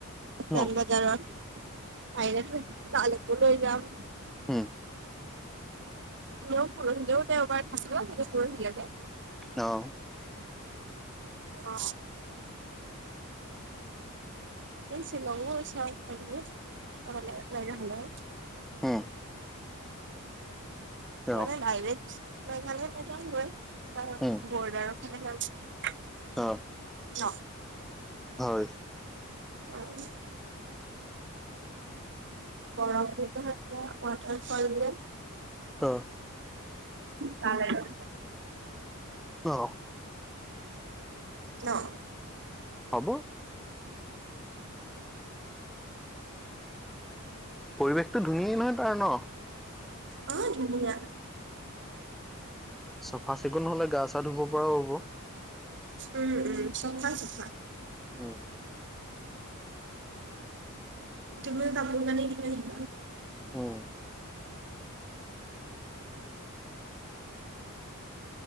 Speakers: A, on the right; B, in the centre.
A: উজান
B: অ
A: বজাৰত আহিলেতো তালয়কেও লৈ যাম।
B: হম।
A: মই ফোৰণ দেও তেওঁ এবাৰ থছিল ত ফুৰণ দিলা যে
B: অ',
A: অ', ছল ল হলে <unintelligible> <unintelligible>
B: উম অ
A: মানে ডাইৰেক্ট মেঘালয় মানে হয়
B: উম
A: বৰ্ডাৰ <unintelligible>
B: অ',
A: ন
B: হয়
A: অ', গৰম দিনতিয়া ৱাটাৰ ফল যে
B: অ
A: কাল আৰু
B: অ
A: ন
B: হ'ব পৰিৱেশটো ধুনীয় নহয় তাৰ ন।
A: অ, ধুনীয়া
B: চফা চিকুণ হলে গা চা ধুব পৰাও হ'ব
A: উম উম চফা চফা
B: উম,
A: তিব চাম নানে লাগ <unintelligible>
B: উম,